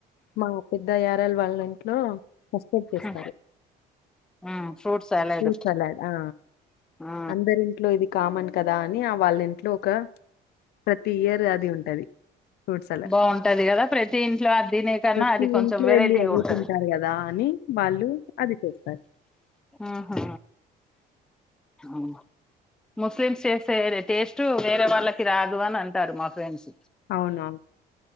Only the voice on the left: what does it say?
మా పెద్దయ్య డల్ వల్ ఇంట్లో చేస్తారు
ఫ్రూట్ సలాడ్ ఆ
అందరి ఇంట్లో ఇది కామ మన్ కదా అని ఆ వాళ్ళ ఇంట్లో ఒక ప్రతి ఇయర్ అది ఉంటది ఫ్రూట్ సలాడ్.
ప్రతి
ఇంట్లో
ఎళ్లి అదే
తింటారు గదా! అని వాళ్ళు అది చెస్తారు
అవునా